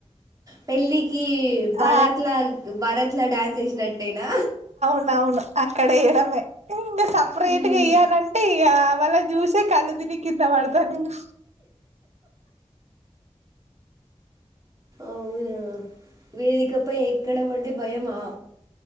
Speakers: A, on the right; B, on the right.
A: పెళ్ళి కి భారత్లా
B: ఆ
A: భారత్ లడాన్ చేసినట్టేనా
B: అవును అక్కడ ఎయడమే నుండే సపరేట్గా
A: మ్మ్.
B: ఏయ్యానంటే క్యా వాళ్ళను జూసే కళ్లు తిరిగి కింద పడతానేను.
A: అవునా వేదికపై ఎక్కడ వం కి భయమా